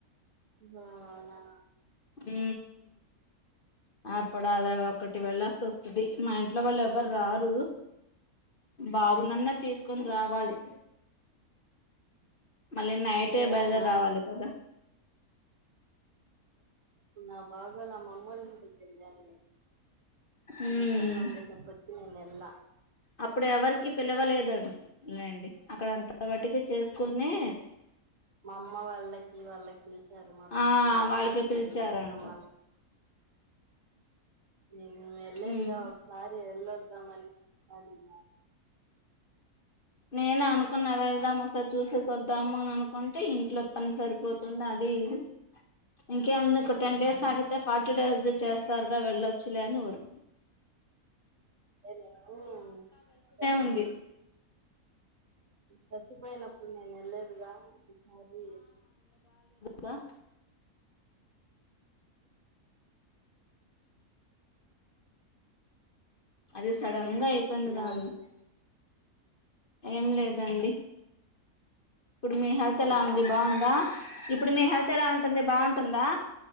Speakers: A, on the right; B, on the left.
A: అవునా
B: హ అప్పుడు అద ఒకటి వెళ్ళల్సి వస్తుది మా ఇంట్లో వాళ్ళు ఎవరు రారు బాబునన్న తీసుకొని రావాలి మళ్ళీ నైటే
A: ఏ
B: బయలుదేరి
A: అస
B: రావాలి కదా
A: నా బాగాలా మమ్మల్ ఇంటికి వెళ్ళాను
B: ఉమ్
A: ఈసవంగ ఉందే తపతి అన ఎలా
B: అప్పుడు ఎవరికి పిలవలేదండి లేండి అక్కడ అంతా అప్పటికి చేసుకుని
A: మా అమ్మ వాళ్ళకి వాళ్ళకి పిలిచారు మా పెద్దమ్మ
B: ఆ
A: వాళ్ళకి
B: వాళ్ళకే పిలిచారంట
A: మామ నేను వెళ్ళదుగా
B: ఉమ్
A: ఒకసారి వెళ్ళొద్దామని చెప్ప
B: నేను అనుకున్న వెళ్దాం ఒకసారి చూసేసి వద్దాము అని అనుకుంటే ఇంట్లో పని సరిపోతుంది అదిది కేందు టెన్
A: హ్మ్
B: డేస్ ఆగితే ఫార్టీ డేస్ చేస్తారు వెళ్ళ వచ్చులేను ఉకు
A: అే నేను చచ్చి
B: ఉంది
A: చచ్చిపోయినప్పుడు నేను వెళ్ళదుగా ఒకసారి
B: కా అది సడన్
A: ఏం
B: గా
A: చేస్తున్నారు
B: అయిపోయింది గానీ ఏం లేదండి. ఇప్పుడు మీ హెల్త్
A: హలో
B: ఎలా ఉంది బాగుందా. ఇప్పుడు మీ హెల్త్
A: ఆ
B: ఎలా ఉంటుంది బాగు టుందా